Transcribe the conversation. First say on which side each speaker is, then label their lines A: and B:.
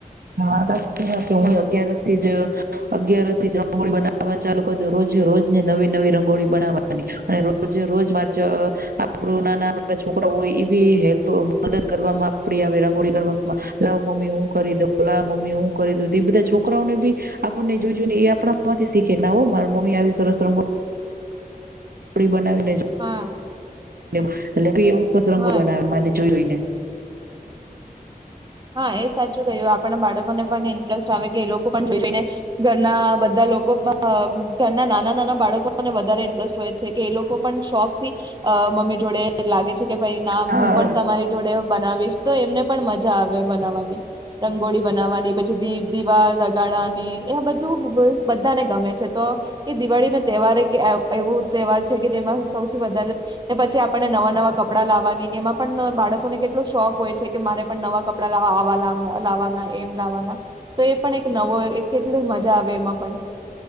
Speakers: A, on the right (about 75°); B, on the right (about 30°).
A: હા સાચી વાત છે. હું એ અગિયારસ થી જ અગિયારસ થી રંગોળી બનાવવા ચાલુ કરી દેવ રોજે રોજને નવી-નવી રંગોળી બનાવવાની અને રોજે રોજ મારે ચ આપડું નાના આપડા છોકરા હોય એ બી હેલ્પ મદદ કરવાવામાં આપળી આવે રંગોળી કરવામાં, લવ મમ્મી હું કરી દઉ બોલા મમ્મી હું કરી દવ તે બધા છોકરાઓને બી આપણને જોઈ જોઈ ને એ આપણામાંથી શીખે ના હો મારા મમ્મી આવી સરસ રંગોળી ગોળી બનાવીને.
B: હા.
A: <unintelligible> એટલે ભી એવું. સરસ રંગો
B: હા
A: બનાવે મને જોય જોઈ ને.
B: હા એ સાચું કયું આપણા બાળકો બાળકોને પણ ઇન્ટરેસ્ટ આવે કે એ લોકો પણ જોઈ જોઈને ઘરના બધા લોકો પણ અ ઘરના નાના-નાના બાળકોને વધારે ઇન્ટરેસ્ટ હોય છે કે એ લોકો પણ શોખ થી અ મમ્મી જોડે લાગે છે. કે ભાઈ નામ
A: આ
B: હું પણ તમારી જોડે બનાવીશ. તો એમને પણ મત મજા આવે બનાવવાની રંગોળી બ બનાવાની પછી દી દીવા લગાડવાની. એ બધું બધાને ગમે. છે તો એ દિવાળી નો તહેવાર એક એવું તહેવાર છે કે જેમાં સૌથી વધારેને પછી આપણને નવા નવા કપડા લાવવાની એમાં પણ બાળકોને કેટલો શોખ હોય છે કે મારે. પણ નવા કપડા લાવવાવા લાવવાના એમ લાવવાના તો એ પણ એક નવો કેટલ મજા આવે એમાં પણ.